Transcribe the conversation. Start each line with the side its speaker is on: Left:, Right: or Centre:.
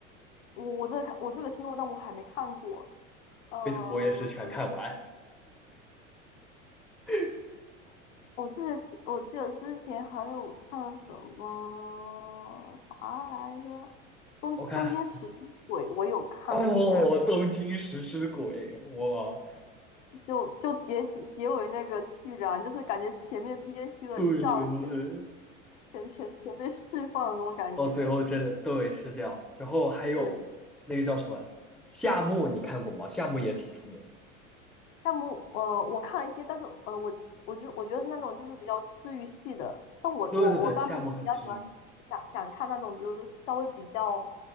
Left: 我我这个看我这个听过，但我还没看过。呃，
Centre: 我也是全看完。<laughs>
Left: 我记得我记得之前还有看什么啥来着，东东京食尸鬼我有看过，
Centre: 我看，哦，东京食尸鬼，哇，
Left: 就就结局结尾那个居然就是感觉前面憋屈了一下子全
Centre: 对对对对。
Left: 全全全被释放的那种感觉，
Centre: 到最后真的对是这样。然后还有那个叫什么夏目，
Left: 对，
Centre: 你看过吗？夏目也挺出名的。
Left: 项目，呃，我看了一些，但是呃，我我觉我觉得是那种就是比较治愈系的。但我我我当时是比较喜欢
Centre: 对对对，夏目很治愈，
Left: 想想看那种，就是稍微比较